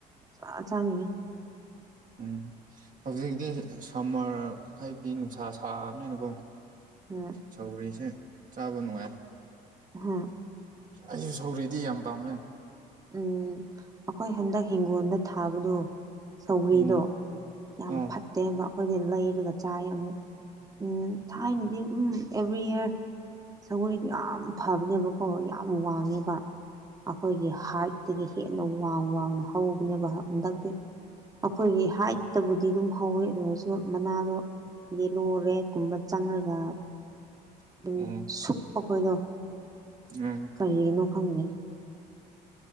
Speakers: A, on the right; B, on the right.
A: ꯆ ꯆꯥꯅꯤꯡꯉꯤ
B: ꯎꯝ ꯍꯧꯖꯤꯛꯇꯤ ꯁꯝꯃꯔ ꯍꯥꯏꯕꯗꯤ ꯅꯨꯡꯁꯥ ꯁꯥꯕꯅꯤꯅꯀꯣ
A: ꯎꯝ
B: ꯁꯧꯒ꯭ꯔꯤꯁꯦ ꯆꯥꯕ ꯅꯨꯡꯉꯥꯏ
A: ꯑꯍꯝ
B: ꯑꯩꯁꯨ ꯁꯧꯔ꯭ꯛꯗꯤ ꯌꯥꯝ ꯄꯥꯝꯃꯦ
A: ꯎꯝ ꯑꯩꯈꯣꯏ ꯍꯟꯗꯛ ꯍꯤꯡꯒꯣꯜꯗ ꯊꯥꯕꯗꯣ ꯁꯧꯒ꯭ꯔꯤꯗꯣ
B: ꯎꯝ
A: ꯌꯥꯝ
B: ꯑꯥ
A: ꯐꯠꯇꯦꯕ ꯑꯩꯈꯣꯏꯗꯤ ꯂꯩꯔꯒ ꯆꯥꯏ ꯑꯃꯨꯛ ꯑꯝ ꯊꯥꯏꯅꯗꯤ
B: ꯎꯝ
A: ꯑꯗꯨꯝ ꯑꯦꯕ꯭ꯔꯤ ꯏꯌꯥꯔ ꯁꯒꯣꯏꯗꯤ ꯌꯥꯝ ꯐꯕꯅꯦꯕꯀꯣ ꯌꯥꯝ ꯋꯥꯡꯉꯦꯕ ꯑꯩꯈꯣꯏꯒꯤ ꯍꯥꯏꯠꯇꯒꯤ ꯍꯦꯟꯅ ꯋꯥꯡ ꯋꯥꯡꯅ ꯍꯧꯕꯅꯦꯕ ꯍꯟꯗꯛꯇꯤ ꯑꯩꯈꯣꯏꯒꯤ ꯍꯥꯏꯠꯇꯕꯨꯗꯤ ꯑꯗꯨꯝ ꯍꯧꯋꯦ ꯑꯗꯨ ꯑꯣꯏꯔꯁꯨ ꯃꯅꯥꯗꯣ ꯌꯦꯂꯣ ꯔꯦꯗ ꯀꯨꯝꯕ ꯆꯪꯉꯒ ꯑꯗꯨꯝ
B: ꯎꯝ
A: ꯁꯨꯞꯄꯈꯣꯏꯗꯣ
B: ꯎꯝ
A: ꯀꯔꯤꯒꯤꯅꯣ ꯈꯪꯗꯦ